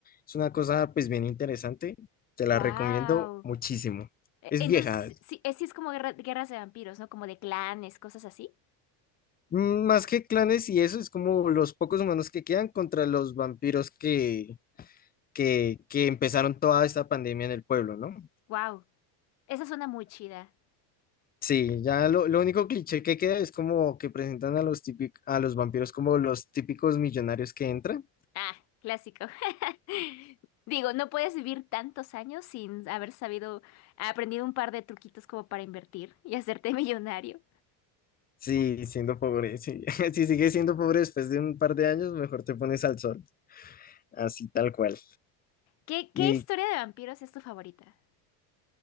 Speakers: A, on the left; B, on the left.
A: Es una cosa pues bien interesante, te la
B: Wow.
A: recomiendo muchísimo.
B: Entonces,
A: Es vieja,
B: sí, es, sí es como guerra- guerras de vampiros, ¿no? Como de clanes, cosas así.
A: mm, más que clanes y eso, es como los pocos humanos que quedan contra los vampiros que, que, que empezaron toda esta pandemia en el pueblo, ¿no?
B: Wow, esa suena muy chida.
A: Sí, ya lo, lo único cliché que queda es como que presentan a los típic- a los vampiros como los típicos millonarios que entran.
B: Ah, clásico. <laughs> Digo, no puedes vivir tantos años sin haber sabido, aprendido un par de truquitos como para invertir y hacerte <laughs> millonario.
A: Sí, siendo pobre, sí. <laughs> Si sigues siendo pobre después de un par de años, mejor te pones al sol, así tal cual.
B: ¿Qué, qué
A: Y
B: historia de vampiros es tu favorita?